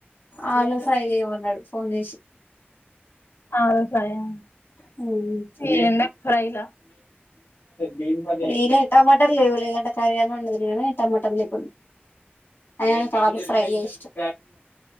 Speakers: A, on the left; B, on the left.
A: ఆలు ఫ్రై జేయమన్నాడు ఫోన్ జేచి
B: ఆలు ఫ్రై ఆ
A: హుహ్
B: ఈ
A: ఏం
B: ఎండకు ఫ్రైలా
A: లేదు టమోటాలు లేవులే లేకుంటే కర్రీ అన్నా ఉండును గాని టమాటాలు లేకుంట్. అయినకు ఆలూ ఫ్రై ఇష్టం.